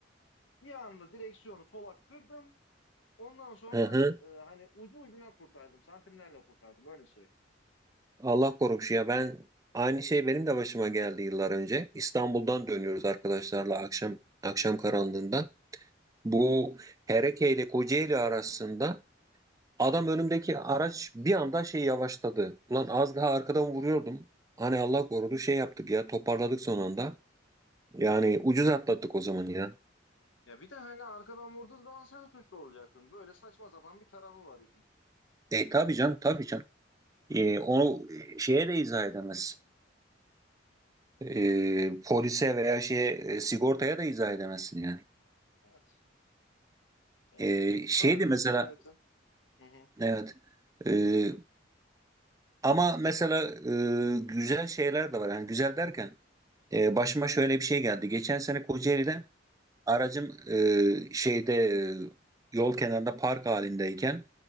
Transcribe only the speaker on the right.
<laughs>
Allah korumuş ya ben aynı şey benim de başıma geldi yıllar önce. İstanbul'dan dönüyoruz
arkadaşlarla akşam akşam karanlığında. Bu
Hereke ile Kocaeli arasında adam önümdeki araç bir anda şey yavaşladı. Ulan az daha arkadan
vuruyordum. Hani Allah korudu şey yaptık ya toparladık son anda. Yani ucuz atlattık o zaman ya.
E tabii canım tabii canım. E, onu e, şeye de izah edemezsin. E, polise veya şeye e, sigortaya da izah edemezsin yani.
E,
şeydi mesela
Evet. Ee, ama mesela e, güzel şeyler de var. Yani güzel derken e, başıma şöyle bir şey geldi. Geçen sene Kocaeli'de aracım e, şeyde e, yol kenarında park halindeyken